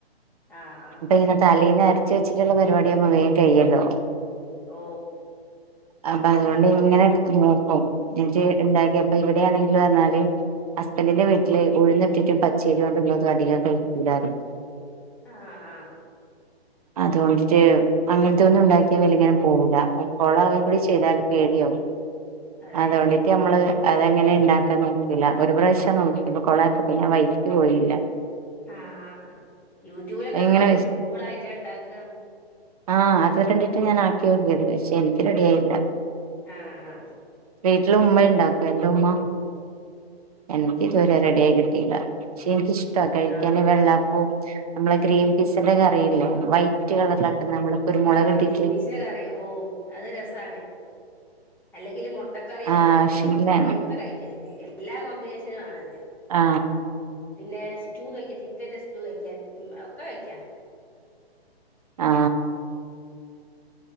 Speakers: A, in the centre; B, on the right (about 35°).
A: ആ ആ
B: ഇപ്പങ്ങനെ തലേന്നെ അരച്ച് ച്ചുവെച്ച് ഉള്ള പരിപാടിയാകുമ്പോ വേഗം കയ്യെല്ലോ
A: ഓ
B: അം അതുകൊണ്ട് ഇങ്ങനെ
A: ഞാ-
B: നോക്കും എനിക്ക് ഉണ്ടാക്കിയപ്പോ എവിടെയാണെങ്കില് പറഞ്ഞാല് ഹസ്ബൻഡിന്റെ വീട്ടില് ഉഴുന്നിട്ടിട്ടിം പച്ചരി കൊണ്ട് ഉള്ളതും അധികം കഴിക്കൂല ആരും
A: ആ ആ
B: അതുകൊണ്ടിട്ട് അങ്ങനത്തെ ഒന്നും ഉണ്ടാക്കി വലിങ്ങനെ പോകൂല അപ്പോ കോളാവുകയും കൂടി ചെയ്താല് പേടിയാവും
A: അതെ
B: അതുകൊണ്ഡിറ്റ്‌ നമ്മള് അതെങ്ങനെയാ ഇണ്ടാക്കാൻ നോക്കില്ല ഒരു പ്രാവശ്യം നോക്കിയപ്പോൾ കോളായപ്പോ പിന്നെ വഴിക്ക് പോയില്ല
A: ആ ആ അ യൂട്യൂബിൽ ഒക്കെഅത്
B: എങ്ങനെ
A: എന്ത് സിമ്പിൾ ആയിറ്റാ ഉണ്ടാ ക്കുക
B: ആ അത് കണ്ടിട്ട്ഞാൻ ആ ക്കി നോക്കിയത് പക്ഷേ എനിക്ക് റെഡിയായില്ല
A: ആ ആ
B: വീട്ടിൽ ഉമ്മ ഉണ്ടാക്കും എന്റെ ഉമ്മ എനിക്ക് ഇതുവരെ റെഡി ആായി കിട്ടിയില്ല പക്ഷെ എനിക്ക്ഷ് ട്ടാ കഴിക്കാന്
A: ആ
B: വെള്ളാപ്പൂ നമ്മളെ ഗ്രീൻപീസ് ന്റെ കറിയില്ലേ
A: ഉം.
B: വൈറ്റ് കളറിലാക്കുന്ന നമ്മള് കുരുമുളക്
A: ആ
B: ഇട്ടിട്ട്
A: ഗ്രീൻ പീസിന്റെ കറി ഓ അത് രസാണ് അല്ലെങ്കിൽ മുട്ടക്കറിയോ
B: ആഹ്
A: ഗ്രീൻ
B: ആവശ്യങ്കിലാണ്
A: പീസ് കറിയോ ഒക്കെ കഴിക്കതിന് എല്ലാ കോമ്പിനേഷനും ആണത്
B: ആ
A: പിന്നെ സ്റ്റൂ കഴിക്ക ചിക്കൻന്റെ സ്റ്റൂ കഴിക്കാ ഉം ഒക്കെ കഴിക്കാ
B: ആ അ